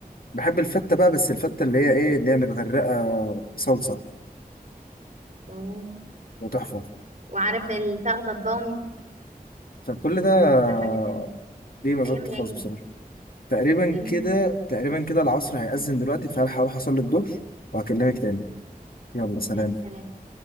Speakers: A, on the left; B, on the right.
A: بحب الفتة بقى بس الفتة اللي هي إيه اللي هي متغرقة صلصة
B: اه
A: وتحفة
B: وعارف الفخدة الضاني
A: فكل ده آه،
B: تبقى حاجة تانية
A: ليه مزاج
B: أيام العيد
A: خاص بصراحة تقريبا
B: أمم.
A: كده تقريبا كده العصر هيأذن دلوقتي فهلحق أروح أصلي الظهر وهكلمك تاني يلا سلام
B: تمام سلام